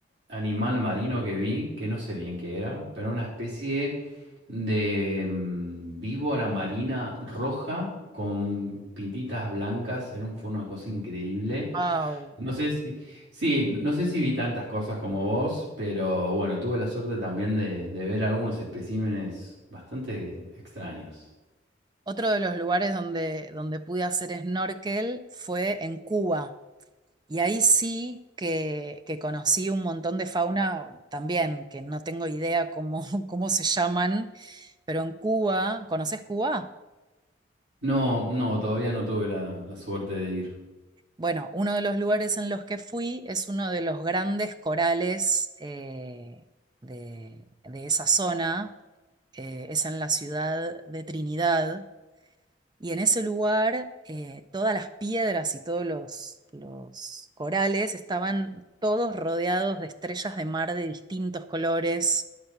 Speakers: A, on the right; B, on the right.
A: animal marino que vi, que no sé bien qué era, pero una especie de mm, víbora marina roja con pintitas blancas. Era un, fue una cosa increíble.
B: Au.
A: No sé si, sí, no sé si vi tantas cosas como vos, pero bueno, tuve la suerte también de, de ver algunos especímenes bastante extraños.
B: Otro de los lugares donde, donde pude hacer snorkel fue en Cuba. Y ahí sí que, que conocí un montón de fauna también, que no tengo idea cómo, <laughs> cómo se llaman, pero en Cuba, ¿conoces Cuba?
A: No, no, todavía no tuve la, la suerte de ir.
B: Bueno, uno de los lugares en los que fui es uno de los grandes corales eh, de, de esa zona, eh, es en la ciudad de Trinidad Y en ese lugar, eh, todas las piedras y todos los, los corales estaban todos rodeados de estrellas de mar de distintos colores.